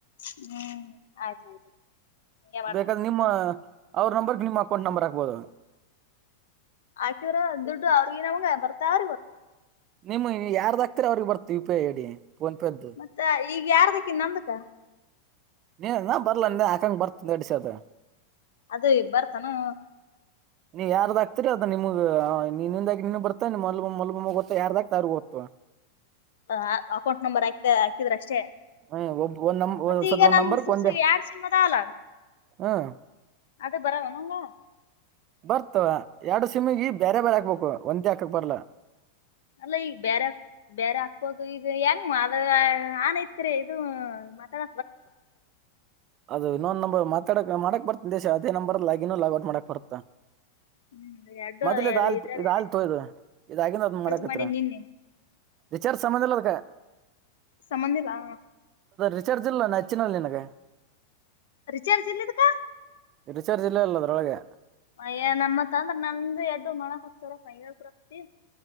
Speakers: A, on the left; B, on the right.
A: ಹ್ಮ್ ಆಯ್ತಾಯ್ತು ಹಿಂಗೆ ಮಾಡ್ತೀನಿ
B: ಬೇಕಾದ್ರೆ ನಿಮ್ಮ ಅವ್ರ ನಂಬರ್. ನಿಮ್ಮ ಅಕೌಂಟ್ ನಂಬರ್ ಹಾಕ್ಬೋದು.
A: ಆಕಿದ್ರ ದುಡ್ಡು ಅವ್ರಗ ನಮಂಗ ಬರ್ತ ಇರರ್ಬೇಕು.
B: ನಿಮ್ ಯಾರ್ದು ಆಕ್ತಿರ ಅವ್ರಿಗೆ ಬರ್ತೆ U P I D. PhonePe ಅದ್ದು
A: ಮತ್ತ ಈಗ ಯಾರದಕ್ಕಿ ನಮ್ದಾ.
B: ನೀ ನ ಬರ್ಲಾ ಅಂದೆ ಹಾಕಂಗ ಬರ್ತ ನಡೆಸದ.
A: ಅದು ಬರ್ತನೋ
B: ನೀ ಯಾರ್ದಾಗಕ್ತೀರಿ ಅದು ನಿಮಗೆ ನಿನ್ನಿಂದಾಗಿ ಇನ್ನೊಬ್ಬರ ಮಲಗು ಮಲಗು ಮಲ್ಬೊಮ್ಮಗ ಗೊತ್ತಾ ಯಾರದಾಗ್ತ ಯಾರಿಗೆ ಗೊತ್ತು,
A: ಹ ಅಕೌಂಟ್ ನಂಬರ್ ಹಾಕ್ತ ಹಾಕಿದ್ರೆ ಅಷ್ಟೇ.
B: ಹ್ಮ್ ಒಬ್ ಒಂದ್ ನಂ
A: ಮತ್ತೆ
B: ಸದ್
A: ಈಗ
B: ಒಂದ್
A: ನನ್
B: ನಂಬರ್ಕ್
A: ಸುರುಸಿ
B: ಒಂದೇ
A: ಯರ್ ಚಿನ್ನ ದಾಲ.
B: ಹ್ಮ್
A: ಅದು ಬರುಣಂಗ
B: ಬರ್ತ ಎರಡು ಸಿಮಗಿ ಬೇರೆ ಬೇರೆ ಹಾಕ್ಬೇಕು ಒಂದ್ ಹಾಕಕ್ ಬರ್ಲ.
A: ಅಲ್ಲ ಈಗ ಬೇರೆ ಬೇರೆ ಹಾಕ್ಬೋದು ಈದು ಹೆಂಗ್ ಮಾದುಗರ್ ಅನೈತಿ. ಕ್ರಿ ಇದು ಮಾತಾಡ
B: ಅದು ನಾನುನಂಬೋ ಮಾತು. ಮಾಡಕ್ ಬರ್ ದೇಶ ಅದೇ ನಂಬರ್ ಲಾಗಿನ್ ಲಾಗ್ ಔಟ್ ಮಾಡಕ್ ಬರ್ತ್ತೆ.
A: ಹ್ಮ್ ಎರಡು
B: ಮೊದಲು ಆಲ್ತ್
A: ಇದ್ರಾಗ
B: ಇದು ಆಲ್ ತೋಯ್ದ ಇದಾಗಿನೇ ಅದನ್ ಮಾಡಕ್ ಹೋಗ್ತೀರಾ.
A: ಮಾಡೀನಿ ನಿನ್ನೆ
B: ವಿಚಾರ್ ಸಮನಿಲ್ಲುಲುಕ್ಕೆ.
A: ಸಮನ್ಯೂದ.
B: ರಿಚಾರ್ಜ್ ಇಲ್ಲ ಹಚ್ಚಿನಿಲುಗೆ
A: ರಿಚಾರ್ಜ್ ಇಲ್ಲಿದುಕ
B: ರಿಚಾರ್ಜ್ ಇಲ್ಲ ಅದ್ರೊಳಗೆ.
A: ಮಯ ನಮ್ಮತ್ತ ಅಂದ್ರ ನಂದ ಎಡ್ಡು ಮಣಕ್ ಹಕ್ತಾರ ಮೈಳ್ತಿ